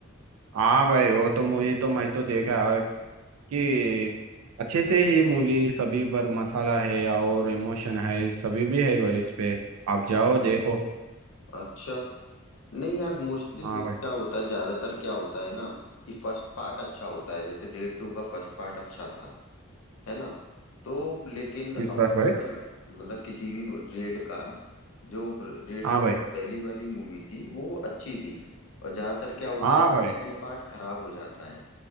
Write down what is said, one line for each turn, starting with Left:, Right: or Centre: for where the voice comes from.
Right: हाँ भाई वो तो मूवी तो मैं तो देखा कि अच्छे से ही मूवी सभी पर मसाला है और इमोशन है सभी भी है भाई इस पे आप जाओ देखो
Left: अच्छा नहीं यार मोस्टली
Right: हाँ
Left: क्या
Right: भाई
Left: होता है ज्यादातर क्या होता है ना कि फर्स्ट पार्ट अच्छा होता है जैसे रेड टू का फर्स्ट पार्ट अच्छा था है ना तो लेकिन अब
Right: किस पर भाई
Left: तक मतलब किसी भी रेड का जो रेड
Right: हाँ
Left: जो
Right: भाई
Left: पहली वाली मूवी थी वो अच्छी थी और ज्यादातर क्या होता
Right: हाँ
Left: है
Right: भाई
Left: सेकंड पार्ट खराब हो जाता है